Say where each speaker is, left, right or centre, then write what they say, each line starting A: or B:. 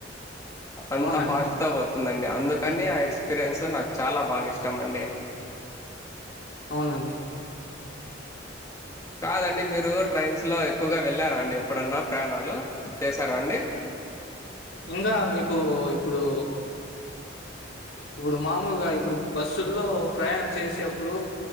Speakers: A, on the left; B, on the left.
A: అంత
B: అవునండి.
A: ఫాస్ట్ తో పోతుందండి అందుకని ఆ ఎక్స్ పిరియన్స్ నాకు చాలా బాగా ఇష్టం అండి
B: అవునండి
A: కాదండి మీరు ట్రైన్స్ లో ఎక్కువగా వెళ్ళారా అండి ఎప్పుడన్నా ప్రయాణాలు చేసారా అండి
B: ఇంకా మీకు ఇప్పుడు ఇప్పుడు మామూలుగా ఇప్పుడు బస్సుల్లో ప్రయాణం చేసేప్పుడు